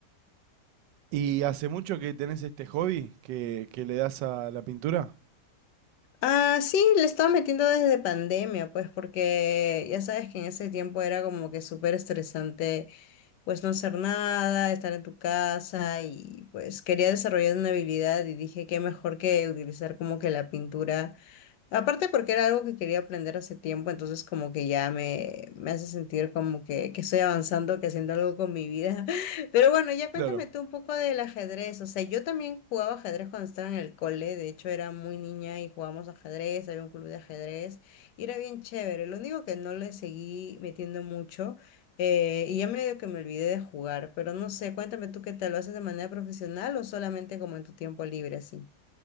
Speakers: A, on the right (about 85°); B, on the left (about 80°).
A: ¿Y hace mucho que tenés este hobby que, que le das a la pintura?
B: Ah, sí, le estaba metiendo desde pandemia, pues porque ya sabes que en ese tiempo era como que súper estresante pues no hacer nada, estar en tu casa y pues quería desarrollar una habilidad y dije qué mejor que utilizar como que la pintura Aparte porque era algo que quería aprender hace tiempo, entonces como que ya me, me hace sentir como que, que estoy avanzando, que haciendo algo con mi vida. <laughs> Pero bueno, ya
A: Claro.
B: cuéntame tú un poco del ajedrez. O sea, yo también jugaba ajedrez cuando estaba en el cole, de hecho era muy niña y jugábamos ajedrez, había un club de ajedrez y era bien chévere. Lo único que no le seguí metiendo mucho eh, y ya medio que me olvidé de jugar, pero no sé, cuéntame tú qué tal, ¿lo haces de manera profesional o solamente como en tu tiempo libre así?